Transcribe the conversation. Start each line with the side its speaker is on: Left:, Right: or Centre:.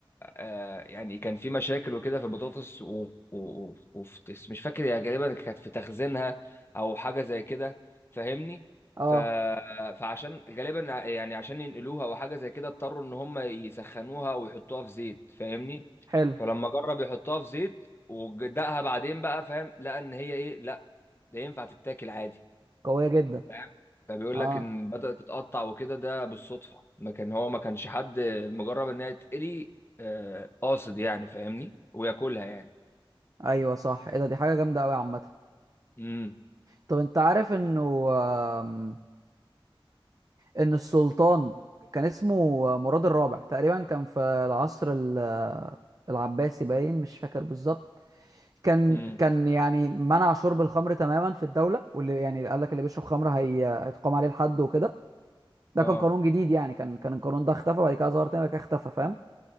Left: آه، يعني كان في مشاكل وكده في البطاطس و... و... وفي مش فاكر يعني غالبا كانت في تخزينها او حاجه زي كده فاهمني
Right: اه
Left: ف... فعشان غالبا ع- يعني عشان ينقلوها او حاجه زي كده اضطروا ان هم يسخنوها ويحطوها في زيت فاهمني
Right: حلو
Left: فلما جرب يحطها في زيت ودقها بعدين بقى فاهم لقى ان هي ايه لا ده ينفع تتاكل عادي
Right: قوية جدا
Left: فاهم فبيقول
Right: اه
Left: لك ان بدأت تتقطع وكده ده بالصدفة ما كان هو ما كانش حد مجرب انها تتقري آه، قاصد يعني فاهمني وياكلها يعني
Right: ايوه صح ايه ده دي حاجة جامدة قوي عامة
Left: امم
Right: طب انت عارف انه آم، ان السلطان كان اسمه مراد الرابع تقريبا كان في العصر ال- آه، العباسي باين مش فاكر بالظبط كان
Left: امم
Right: كان يعني منع شرب الخمر تماما في الدولة واللي يعني قال لك اللي بيشرب خمر هي هيتقام عليه الحد وكده ده
Left: اه
Right: كان قانون جديد يعني كان كان القانون ده اختفى بعد كده ظهر تاني بعد كده اختفى فاهم